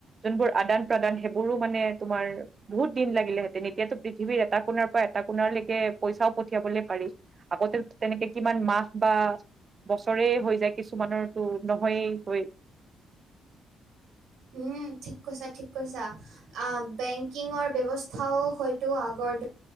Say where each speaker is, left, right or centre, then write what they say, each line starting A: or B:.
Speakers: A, on the right; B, on the right.
A: যোনবোৰ আদান প্ৰদান সেইবোৰো মানে তোমাৰ বহুত দিন লাগিলেহেঁতেন, এতিয়াতো পৃথিৱীৰ এটা কোণাৰ পৰা, এটা কোণাৰ লকে পইচাও পঠিয়াবলে পাৰি। আগতে, তেনেকে কিমান মাহ বা বছৰে হৈছে। যে কিছুমানৰতো নহয়েই হয়।
B: উম, ঠিক কৈছা, ঠিক কৈছা। আ বেংকিঙৰ ব্যৱস্থাও হয়তো আগৰ